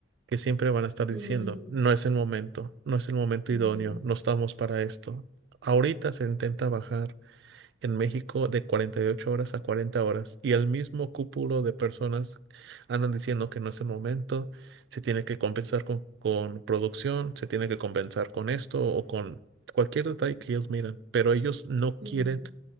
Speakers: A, on the right (about 65°); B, on the right (about 85°).
A: que siempre van a estar
B: Mm,
A: diciendo, no es el momento, no es el momento
B: no,
A: idóneo, no estamos para esto. Ahorita se intenta bajar en México de 48 horas a 40 horas y el mismo cúpulo de personas andan diciendo que no es el momento, se tiene que compensar con, con producción, se tiene que compensar con esto o con cualquier detalle que ellos miran, pero ellos no
B: mm.
A: quieren